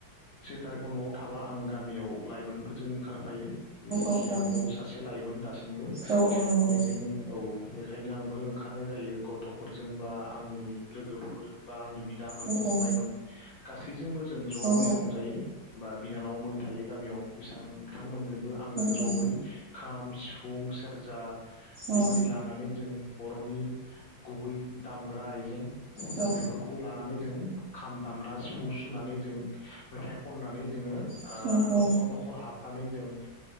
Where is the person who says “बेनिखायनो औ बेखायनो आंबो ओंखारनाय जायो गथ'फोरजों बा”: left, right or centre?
Left